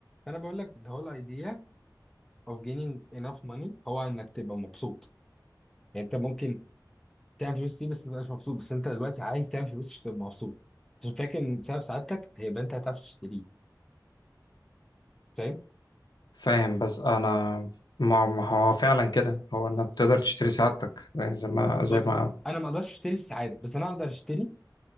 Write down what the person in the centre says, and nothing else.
فانا بقول لك the whole idea of gaining enough money هو انك تبقى مبسوط يعني انت ممكن تعمل فلوس دي بس ما تبقاش مبسوط بس انت دلوقتي عايز تعمل فلوس عشان تبقى مبسوط عشان فاكر ان سبب سعادتك هيبقى انت هتعرف تشتريه فاهم
بص
انا ما اقدرش اشتري السعاده بس انا اقدر اشتري